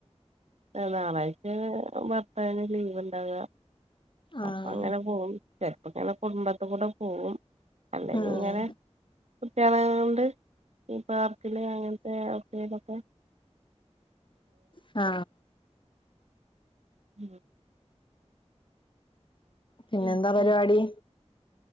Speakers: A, on the right (about 70°); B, on the left (about 45°).
A: ഞായറാഴ്ച ഭർത്താവിന് ലീവ്.
B: ആഹ്
A: അപ്പൊ അങ്ങനെ പോകും ചെറപ്പങ്ങനെ കുടുംബത്തി കൂടെ പോകവും. അല്ലെങ്കും
B: ഉം
A: ഇങ്ങനെ കുട്ടികളെ കൊണ്ട് ഈ പാർക്കില് അങ്ങനത്തെ ക്കയിലൊക്കെ..
B: ആ
A: ഉം
B: പിന്നെന്താ
A: ഉം
B: പരിപാടി
A: ഉം.